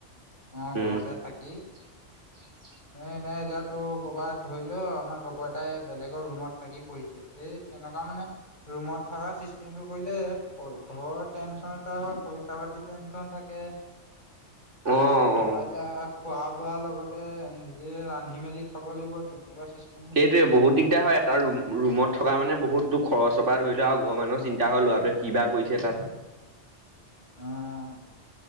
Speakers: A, on the left; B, on the right.
A: অঁ
B: উম
A: ঘৰতে থাকি
B: <unintelligible>
A: এ নাই এতিয়া তোৰ কৰ'বাত ধৰি লও আমাৰ লগৰ এটাই বেলেগৰ ৰুমত থাকি পঢ়িছে। এই তেনেকুৱা মানে ৰুমত থকা চিছ তেমটো কৰিলে ঘৰৰ টেনচন এটা হয়, পইচা পাতি টেনচন থাকে।
B: অ
A: তাৰপৰা
B: অ
A: এতিয়া খোৱা বোৱা লগত তে নিজে ৰান্ধি মেলি খাব লাগিব তেনেকুৱা চিছ
B: সেইটোৱেই বহুত দিগদাৰ হয়। তাৰ ৰুমত থকা মানে বহুত তোৰ খৰচৰ পৰা ধৰি ল আৰু ঘৰৰ মানুহৰ চিন্তা ল'ৰাটোৱে কিবা কৰিছে তাত।
A: অঁ